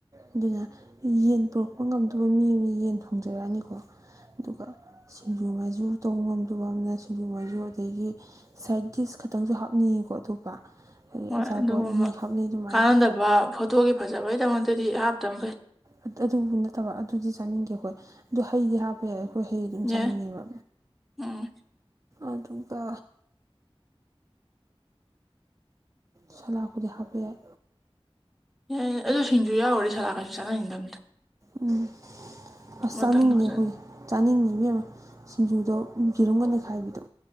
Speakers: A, on the right; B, in the centre.
A: ꯑꯗꯨꯅ ꯌꯦꯟ ꯄꯨꯔꯛꯄ ꯉꯝꯗꯨꯕ ꯃꯤ ꯑꯃꯅ ꯌꯦꯟ ꯊꯣꯡꯖꯔꯛꯑꯅꯤꯀꯣ ꯑꯗꯨꯒ ꯁꯤꯡꯖꯨ ꯉꯥꯏꯖꯨ ꯇꯧ ꯉꯝꯗꯨꯕ ꯑꯃꯅ ꯁꯤꯡꯖꯨ ꯃꯥꯏꯖꯨ ꯑꯗꯩꯒꯤ ꯁꯥꯏꯠ ꯗꯤꯁ ꯈꯛꯇꯪꯁꯨ ꯍꯥꯞꯅꯤꯡꯉꯤꯀꯣ ꯑꯇꯣꯞꯄ ꯑꯗꯒꯤ
B: ꯍꯣꯏ
A: ꯑꯆꯥꯄꯣꯠ
B: ꯑꯗꯨꯒꯨꯝꯕ
A: ꯃꯤ ꯍꯥꯞꯅꯩ ꯑꯗꯨꯃꯥꯏꯅ
B: ꯀꯥꯟꯅꯗꯕ ꯐꯣꯇꯣꯒꯤ ꯐꯖꯕꯩꯗꯃꯛꯇꯗꯤ ꯍꯥꯞꯇꯝ ꯐꯩ
A: ꯑ ꯑꯗꯨꯕꯨ ꯅꯠꯇꯕ ꯑꯗꯨꯗꯤ ꯆꯥꯅꯤꯡꯒꯦ ꯍꯣꯏ ꯑꯗꯨ ꯍꯩꯗꯤ ꯍꯥꯞ ꯍꯣꯌꯦ ꯑꯩꯈꯣꯏ ꯍꯩ ꯑꯗꯨꯝ
B: ꯌꯥꯏ
A: ꯆꯥꯅꯤꯡꯉꯦꯕ
B: ꯎꯝ
A: ꯑꯗꯨꯒ ꯁꯂꯥꯛ ꯄꯨꯗꯤ ꯍꯥꯞꯄ ꯌꯥꯏ
B: ꯌꯥꯏ ꯑꯗꯨ ꯁꯤꯡꯁꯨ ꯌꯥꯎꯔꯦ ꯁꯂꯥ ꯀꯩꯁꯨ ꯆꯥꯅꯅꯤꯡꯗꯕꯅꯤꯗ
A: ꯎꯝ ꯑꯁ
B: ꯑꯃꯇꯪꯗ
A: ꯆꯥꯅꯤꯡꯗꯦ
B: ꯐꯖꯅ
A: ꯑꯩꯈꯣꯏ ꯆꯥꯅꯤꯡꯉꯤꯕ ꯑꯃ ꯁꯤꯡꯖꯨꯗꯣ ꯌꯦꯔꯨꯝꯕ ꯅꯈꯥꯏꯕꯤꯗꯣ